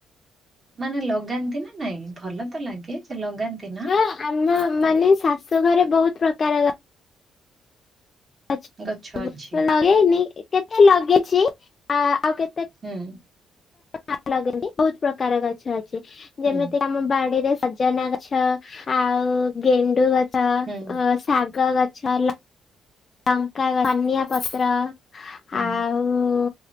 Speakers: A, on the right (about 30°); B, on the left (about 40°).
A: ମାନେ ଲଗାନ୍ତି ନା ନାଇଁ ଭଲ ତ ଲାଗେ ସେ ଲଗାନ୍ତି ନା।
B: ହଁ ଆମ ମାନେ ଶାଶୁ ଘରେ ବହୁତ ପ୍ରକାର ଗଛ ଆଛ
A: ଗଛ ଅଛି।
B: ଲଳୋଇନି କେତେ ଲଗେଇଛି ଆ ଆଉ କେତେ
A: ହୁଁ
B: ଆପ ଲଗାନ୍ତି ବହୁତ ପ୍ରକାର ଗଛ ଅଛି ଯେମିତି
A: ହୁଁ
B: ଆମ ବାଡିରେ ସଜନା ଗ ଛ ଆଉ ଗେଣ୍ଡୁ ଗଛ
A: ହୁଁ
B: ଶାଗ ଗଛ ଲଗ ଟଙ୍କା ଧନିଆଁ ପତ୍ର
A: ହୁଁ
B: ଆଉ ଉ